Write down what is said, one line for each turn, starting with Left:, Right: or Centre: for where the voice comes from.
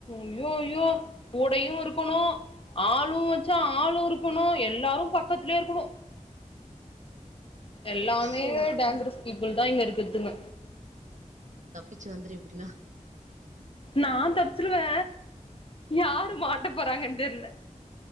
Left: ஐயோ ஐயோ கூடயு இருக்கணு ஆளு வச்சா ஆளு இருக்கணு எல்லாரு பக்கத்துலயே இருக்கணு எல்லாமே
Right: ஷோ,
Left: டேஞ்சரஸ் பீப்புள்தா இங்க இருக்கத்துங்க
Right: தப்பிச்சு வந்துரு எப்டின்னா
Left: நா தப்ச்சிருவே யாரு மாட்ட போறாங்கன்னு தெர்ல